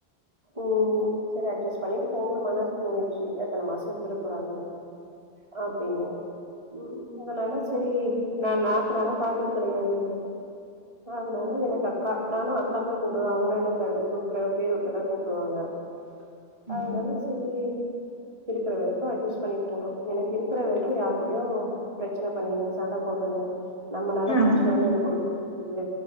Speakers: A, on the right; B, on the left.
A: ம் சேரி அட்ஜஸ்ட் பண்ணிட்டு போணுன் மனசு தோணிச்சு எத்தன மாசோ இருந்துட போறாங்க
B: <inaudible>
A: அப்டின்னு ம் அதனால சரி நா நாத்தனாரா பாத்தது கடையாது அதனால எனக்கு அக்கா நானு அக்கான் தா கூப்டுவ அவங்களு என்ன ப பேர் வச்சி தா கூப்டுவாங்க
B: <unintelligible> ம்
A: அதனால சரி இருக்கிற வரைக்கு அட்ஜஸ்ட் பண்ணிட் போணு எனக்கு இருக்கிற வரைக்கு யார் கூடயு பிரச்சன பண்ணிக்னு சண்ட போட்டுனு நம்மனால
B: ம்
A: பிரச்சன வந்து இந்த குடும்ப இருக்குது